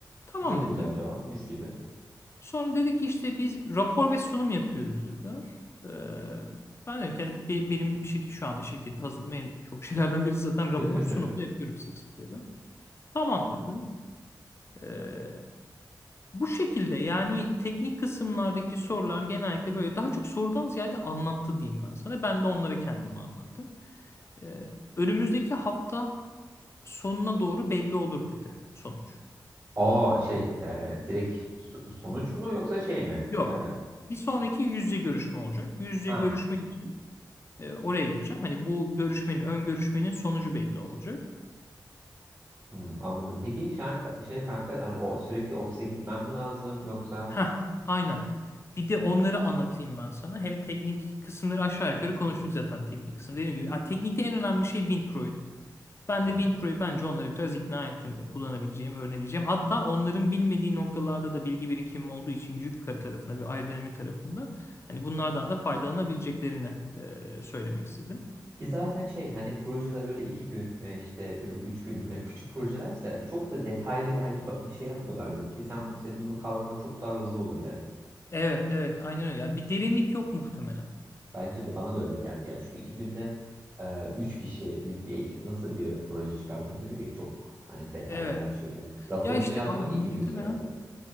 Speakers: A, on the left (about 35°); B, on the right (about 45°).
A: Tamam
B: Çok
A: dedi.
B: güzel cevap. Mis gibi.
A: Sonra dedi ki işte biz rapor ve sunum yapıyoruz dedi. Ee, ben dedim ki yani be- benim şirket, şu anda şirketi hazırladım. En çok şeylerden birisi zaten
B: <laughs>
A: rapor, sunum da yapıyorum sık sık dedim. Tamam dedi. Ee, bu şekilde yani teknik kısımlardaki sorular genellikle böyle daha çok sorudan ziyade anlattı diyeyim ben sana. Ben de onlara kendimi anlattım. Ee, önümüzdeki hafta sonuna doğru belli olur dedi sonuç.
B: Aa şey e, direkt so- sonuç mu yoksa şey mi?
A: Yok.
B: E,
A: Bir sonraki yüz yüze görüşme olacak. Yüz yüze
B: ha
A: görüşme için E, oraya gideceğim. Hani bu görüşmenin, ön görüşmenin sonucu belli olacak.
B: hmm, anladım. Peki şu şey kanka hani o sürekli ofise gitmem mi lazım yoksa?
A: Ha, aynen. Bir de onları anlatayım ben sana. Hem teknik kısımları aşağı yukarı konuştuk zaten teknik kısım. Dediğim gibi yani teknikte en önemli şey WinPro'ydu. Ben
B: Hmm.
A: de WinPro'yu bence onları biraz ikna ettim. kullanabileceğim, öğrenebileceğim. Hatta onların bilmediği noktalarda da bilgi birikimim olduğu için yük tarafında bir aerodinami tarafında hani bunlardan da faydalanabileceklerini e, söylemek istedim.
B: Ki zaten şey hani projeler öyle iki gün e, işte e, üç günlük hani küçük projelerse çok da detaylı belki ba- bir şey yapmıyorlardır ki sen senin bunu kavraman çok daha hızlı olur yani.
A: Evet, evet, aynen öyle. Ya bir derinlik yok muhtemelen.
B: Bence de bana da öyle geldi. Yani çünkü iki günde e, üç kişilik bir ekip nasıl bir proje çıkartabilir ki? Çok hani detaylı
A: Evet.
B: her şeyle. Raporunu
A: Ya işte
B: yazmak
A: abi muhtemelen
B: iki gün sürer zaten.